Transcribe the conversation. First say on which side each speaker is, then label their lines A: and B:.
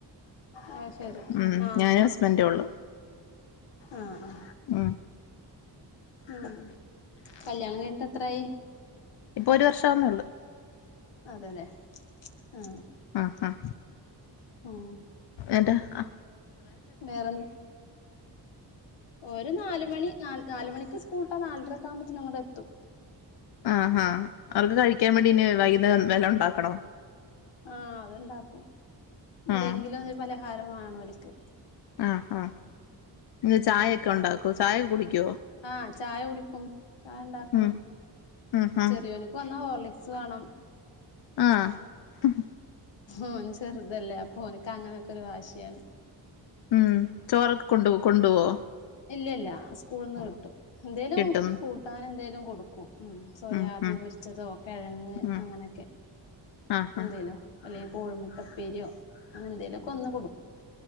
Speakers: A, on the left (about 85°); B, on the left (about 65°).
A: അത് ശരി
B: ഉം
A: ആഹ്
B: ഞാനും ഹസ്ബൻ്റൊള്ളു
A: ആഹ് ആഹ്
B: ഉം
A: ഉം കല്യാണം കഴിഞ്ഞിട്ടെത്രായി
B: ഇപ്പൊ ഒരു വർഷം ആ വുന്നൊള്ളൂ
A: അതല്ലെ ആ
B: ആ ആ
A: ഉം
B: അതാ ആ
A: വേറെ ൻ ഓര് നാല് മണി ന നാലുമണിക്ക് സ്കൂൾട്ടാനാലരക്ക കുമ്പോത്തിന്ങ്ങടെ ത്തും
B: ആ ആ അവർക്ക് കഴിക്കാൻ വേണ്ടിന് വൈകുന്നേരം വല്ലോം ണ്ടാക്കണോ
A: ആ അത്ണ്ടാക്കും എന്തെങ്കിലും
B: ആഹ്
A: പലഹാരമാണോല് ക്ക്
B: ആഹ് ആഹ് ഇന്ന്
A: ഉം
B: ചായൊക്കെ
A: പർ
B: ഉണ്ടാക്കോ ചായ കുടിക്കുവോ
A: ആ ചായ കുടിക്കും ചായ ണ്ടാക്കണം
B: ഉം ഉം ഉം
A: ചെറിയോനിക്ക് വന്നാ ഓർല ക്സ് വാണം
B: ആ ഉം
A: ഓൻ ചെർതല്ലേ അപ്പോൻക്ക് അങ്ങനെ ക്കൊരു വാശ്യാണ്
B: ഉം ചോറൊക്കെ കൊണ്ടൊവൊ കൊണ്ടൊ വൊ
A: ഇല്ല ല്ല സ്കൂൾന്ന് കിട്ടും എന്തേലും
B: കിട്ടും
A: കൂട്ടാനെന്തേലും കൊടുക്കും ഉം സോയാബി
B: ഉം ഉം
A: പൊരിച്ചതോ കെഴങ്ങ്
B: ഉം
A: അങ്ങനെക്കെ
B: ആഹ്
A: എന്തേലാ അല്ലെങ്കിൽ കോഴിമുട്ടപ്പേരിയോ അങ്ങനെ എന്തേലൊക്കൊന്ന് കൊട്